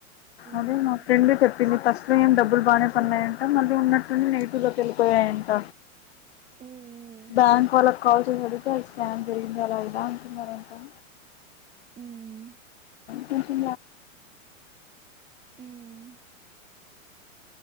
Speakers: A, on the right; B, on the left.
A: మ్మ్
B: అదే మా ఫ్రెండ్ చెప్పింది ఫస్ట్ లో ఏ డబ్బులు బాగానే పన్నాయంట మళ్ళీ ఉన్నట్టుని నెైటి లో వెళ్ళిపోయాయంట
A: మ్మ్
B: బ్యాంక్ వాళ్ళకి కాల్ అడిగితే స్కామ్ జరిగింది అలా అంది అ హ మారేకం
A: ఉమ్
B: తుంచి
A: హ్మ్మ్